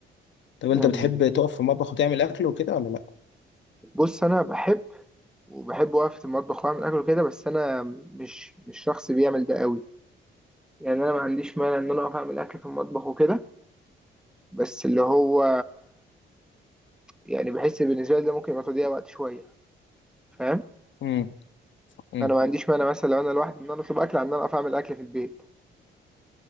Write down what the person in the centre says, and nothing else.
يعني
بص انا بحب وبحب وقفه المطبخ واعمل اكل كده بس انا مش مش شخص بيعمل ده قوي يعني انا ما عنديش مانع ان انا اقف اعمل اكل في المطبخ وكده بس اللي هو يعني بحس بالنسبه لي ده ممكن يبقى تضييع وقت شويه فاهم
انا ما عنديش مانع مثلا لو انا لوحدي ان انا اطلب اكل عن ان انا اقف اعمل اكل في البيت